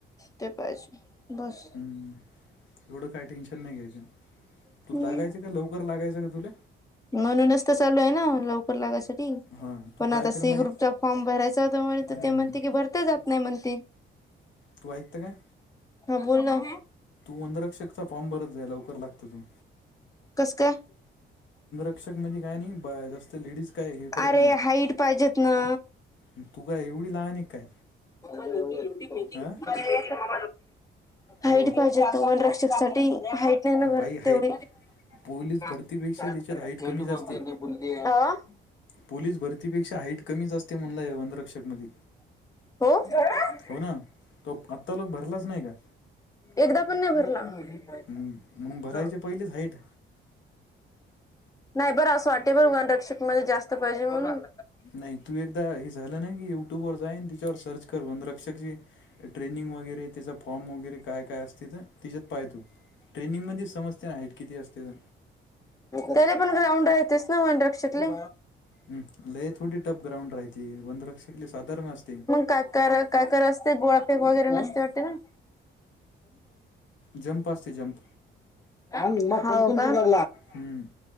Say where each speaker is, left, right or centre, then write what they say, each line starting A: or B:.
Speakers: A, on the left; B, on the left.
A: ते पाहिजे बस
B: हा एवढं काही टेन्शन नाही घ्यायचं.
A: नाही
B: तू लागायच का लवकर लागायचं का तुले
A: म्हणूनच तर चालू आहे ना लवकर लागायसाठी
B: हां
A: पण
B: तू काय
A: आता सी
B: कर माहीत
A: ग्रुपचा फॉर्म भरायचा होता म्ह तर
B: हम्म,
A: ते
B: हम्म.
A: म्हणते की भरते जात नाही म्हणते,
B: तू ऐकत काय?
A: हा बोल ना.
B: वनरक्षक चा फॉर्म भरून राहील लवकर होते.
A: कस काय?
B: शिक्क म काय नाही जस्त लेडीज काय हे करत
A: अरे हाईट पाहिजेत ना
B: त का एवढी लहान आहे काय
A: आरे हाईट पाहिजेत
B: हां
A: ना
B: हॅलो
A: हाईट पाहिजे वन रक्षक साठी हाईट नाही ना भर
B: बाई
A: तेवढी
B: हाय पोलीस
A: चाल
B: भरतीपेक्षा त्याच्यात
A: झेंडू
B: हाईट कमीच असते
A: ममजनी बोलली आहे.
B: पोलीस भरतीपेक्षा हाईट कमीच असते म्हणलाय वनरक्षक मध
A: होखरंच
B: हो ना तो आत्ता लोक भरलाच नाही का?
A: एकदा पण नाही भरला.
B: हम्म मग भरायचे पहिलेच हाईट
A: नाही बरं असं वाटे बर वन रक्षक मध्ये जास्त पाहिजे म्हणून,
B: नाही तू एकदा हे झालं नाही की युट्यूब वर जाईन तिच्यावर सर्च कर म्हण रक्षकी ट्रेनिंग वगैरे त्याचा फॉर्म वगैरे काय काय असते तर तिच्यात पाहतू ट्रेनिंगमध्ये समजते नाही आहेत किती असते.
A: त्याला पण ग्राउंड राहतेस ना मनरक्षकले
B: ह लय थोडी टफ ग्राउंड राहती वनरक्षकली साधारण असते.
A: का काकर असते गोळाफेक वगैरे नसते वाटते ना.
B: जंप असते जंप
A: हाऊ का?
B: हम्म